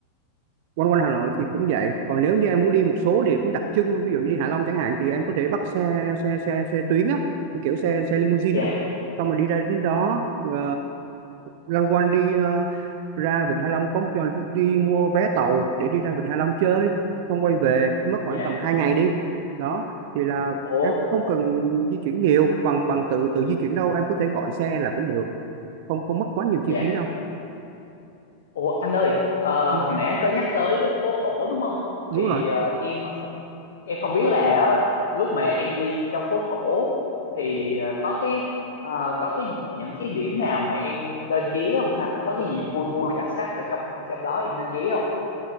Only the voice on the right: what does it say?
quanh quanh Hà Nội thì cũng vậy còn nếu như em muốn đi một số địa cũng đặc trưng ví dụ như đi Hạ Long chẳng hạn thì em có thể bắt xe xe xe xe tuyến á như kiểu xe xe limousine
á xong rồi đi ra đến đó uh, loanh quanh đi ờ, ra Vịnh Hạ Long có một cho đi mua vé tàu để đi ra Vịnh Hạ Long chơi không quay về mất khoảng
tầm 2 ngày đi đó thì là
em cũng không cần di chuyển nhiều bằng bằng tự tự di chuyển đâu em có thể gọi xe là cũng được không không mất quá nhiều
chi phí đâu
nghe
đúng
rồi